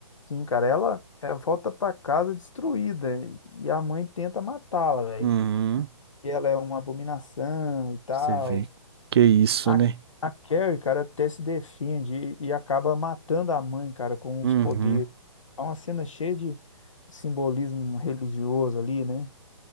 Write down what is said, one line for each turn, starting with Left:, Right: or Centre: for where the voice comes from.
Left: Sim, cara, ela, ela volta pra casa destruída e a mãe tenta matá-la, velho.
Right: Uhum.
Left: E ela é uma abominação e tal.
Right: Você vê que é isso,
Left: A,
Right: né?
Left: a Carrie, cara, até se defende e, e acaba matando a mãe, cara, com
Right: Uhum.
Left: os poderes. É uma cena cheia de simbolismo religioso ali, né?